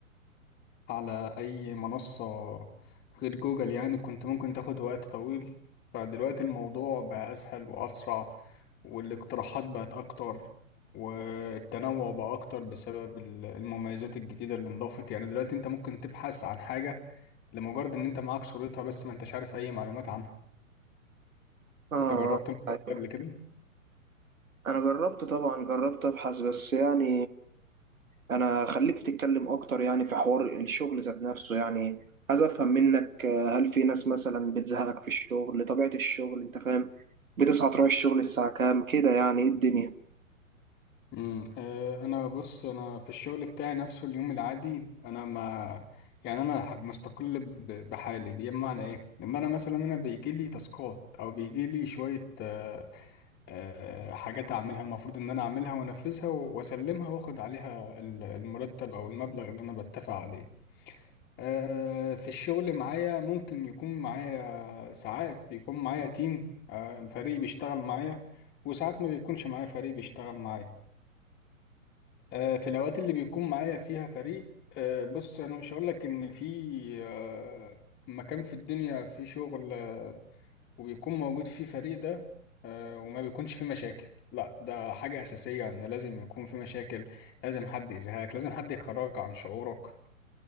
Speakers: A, on the left; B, on the right.
A: على أي منصة غير جوجل يعني كنت ممكن تاخد وقت طويل فدلوقتي الموضوع بقى أسهل وأسرع والاقتراحات بقت أكتر والتنوع بقى أكتر بسبب ال- المميزات الجديدة اللي انضافت يعني دلوقتي أنت ممكن تبحث عن حاجة لمجرد إن أنت معاك صورتها بس ما أنتش عارف أي معلومات عنها
B: اه
A: أنت جربت الموضوع
B: آه.
A: ده قبل كده؟
B: انا جربت طبعا جربت ابحث بس يعني انا خليك تتكلم اكتر يعني في حوار الشغل ذات نفسه يعني عايز افهم منك آه، هل في ناس مثلا بتزهقك في الشغل طبيعة الشغل انت فاهم بتصحى تروح الشغل الساعة كام كده يعني ايه الدنيا
A: امم آه، انا بص انا في الشغل بتاعي نفسه اليوم العادي انا ما يعني انا ح- مستقل ب- بحالي بمعنى ايه ان انا مثلا انا بيجي لي تاسكات او بيجي لي شويه آه، آه، حاجات اعملها المفروض ان انا اعملها وانفذها و- واسلمها واخد عليها ال- المرتب او المبلغ اللي انا بتفق عليه آه، في الشغل معايا ممكن يكون معايا ساعات بيكون معايا تيم آه، فريق بيشتغل معايا وساعات ما بيكونش معايا فريق بيشتغل معايا آه، في الأوقات اللي بيكون معايا فيها فريق آه، بص أنا مش هقول لك إن في آه، مكان في الدنيا في شغل آه، وبيكون موجود فيه فريق ده آه، وما بيكونش فيه مشاكل لا ده حاجة أساسية إن لازم يكون في مشاكل لازم حد يزهقك لازم حد يخرجك عن شعورك